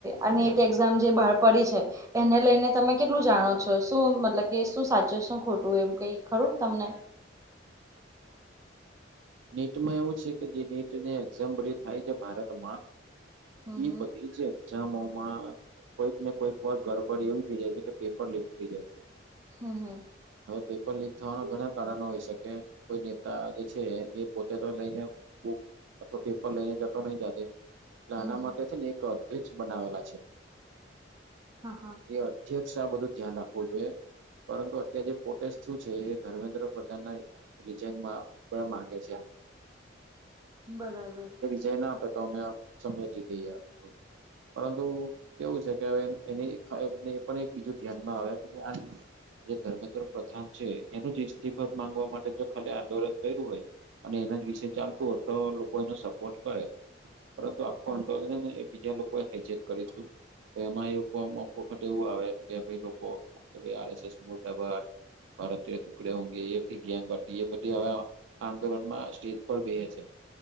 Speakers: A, on the right; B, on the right.
A: આનીટ એક્ઝામ જે બહાર પડી છે. એને લઈને, તમે કેટલું જાણો છો શું? મતલબ કે શું સાચું શું ખોટું એમ કઈ ખરું તમને
B: નીટમાં એવું છે કે જે નીટ ની એક્ઝમ્પ થાય છે. ભારતમાં
A: હમ
B: એ
A: હમ
B: બધી છે. મમાં કોઈક ને કોઈક વાર ગડબડ એવી થઈ જાય છે કે પેપર લીક થઈ જાય છે.
A: હા.
B: હવે, પેપર લીક થવાના ઘણા કારણો હોય શકે. કોઈ નેતા જે છે. એ પોતે તો લઈને, બુક અથવા પેપર લઈને જતો નઈ જાતે એટલે આના
A: હમ
B: માટે છે ને, એક પ્સ <unintelligible> બનાવેલા છે.
A: હા હા.
B: એ અધ્યક્ષ આ બધું ધ્યાન રાખવું જોઈએ. પરંતુ અત્યારે જે પોટેસ થયું છે એ ધર્મેન્દ્ર પ્રધાનના રિજઇનમાં માં છે એ
A: બરાબર
B: જે ના આપે તો અમે સમટી લઈએ પરંતુ કેવું છે એની એ પણ એક બીજું ધ્યાનમાં આવે આજે ધર્મેન્દ્ર પ્રધાન છે એનું જ ઇસ્તીફાદ માંગવા માટે જો ખાલી આંદોલન કર્યું હોય અને એના જ વિશે ચાલતું તો લોકો એને સપોર્ટ કરે. પરંતુ આખું અંદોલન છે ને એ બીજા લોકોએ હાઈજેક કર્યું તું તો એમાં એવ મોકો અમુક વખત એવું આવે કે ભાઈ લોકો કે આરએસએસ મુર્દાબાદ ભારતીય ટુકડે ઊઘે એ ગેંગ હતી એ બધી હવે આંદોલનમાં સ્ટેજ પર બેહે છે